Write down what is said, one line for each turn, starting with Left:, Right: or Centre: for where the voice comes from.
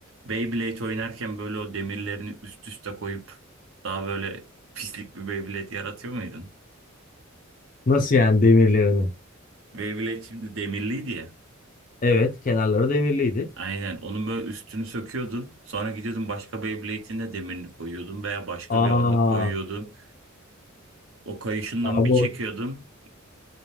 Right: Beyblade oynarken böyle o demirlerini üst üste koyup daha böyle pislik bir Beyblade yaratıyor muydun?
Left: nasıl yani demirlerini.
Right: Beyblade şimdi demirliydi ya.
Left: Evet kenarları demirliydi.
Right: Aynen. Onun böyle üstünü söküyordun. Sonra gidiyordun başka Beyblade'in de demirini koyuyordun veya başka
Left: Aa,
Right: bir ağırlık koyuyordun. O kayışından
Left: abi
Right: bir çekiyordun.
Left: o,